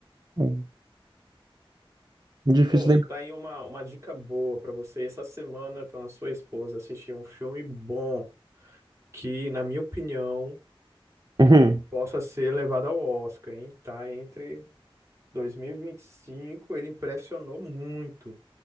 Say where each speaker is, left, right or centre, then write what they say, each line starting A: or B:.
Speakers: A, on the right (about 45°); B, on the right (about 30°).
A: Hum, Difícil
B: Oh,
A: lembrar.
B: tá aí uma, uma dica boa para você. Essa semana, com a sua esposa, assistir um filme bom que, na minha opinião,
A: Uhum.
B: possa ser levado ao Oscar, hein? Tá entre 2025, ele impressionou muito,